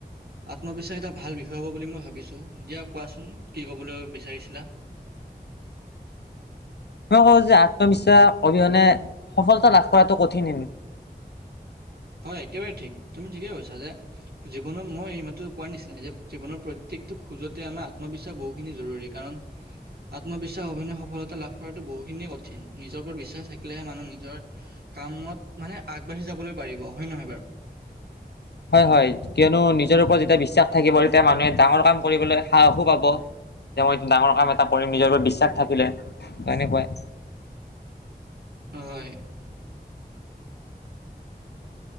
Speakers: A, on the right; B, on the left.
A: আত্মবিশ্বাস এটা ভাল বিষয় হ'ব বুলি মই ভাবিছো দিয়া কোৱাচোন কি কবলৈ বিচাৰিছিলা। <unintelligible>
B: মই কওঁ যে আত্মবিশ্বাস অবিহনে সফলতা লাভ কৰাটো কঠিন
A: হয় একেবাৰে ঠিক তুমি ঠিকে কৈছা যে জীৱনত মই এই মাতো কোৱাৰ নিচিনাই যে জীৱনৰ প্ৰত্যেকটো খোজতে আমাৰ আত্মবিশ্বাস বহুখিনি জৰুৰী কাৰণ- আত্মবিশ্বাস অভিনয়ত সফলতা লাভ কৰাটো বহুখিনিয়ে কঠিন নিজৰ ওপৰত বিশ্বাস থাকিলেহে মানুহ নিজৰ কামত মানে আগবাঢ়ি যাবলৈ পাৰিব হয় নহয় বাৰু।
B: হয় হয় কিয়নো নিজৰ ওপৰত যেতিয়া বিশ্বাস থাকিব তেতিয়া মানুহে ডাঙৰ কাম কৰিবলৈ সাহসো পাব এতিয়া মই ডাঙৰ কাম এটা কৰিম নিজৰ ওপৰত বিশ্বাস থাকিলে তেনেকুৱাই।
A: হয়।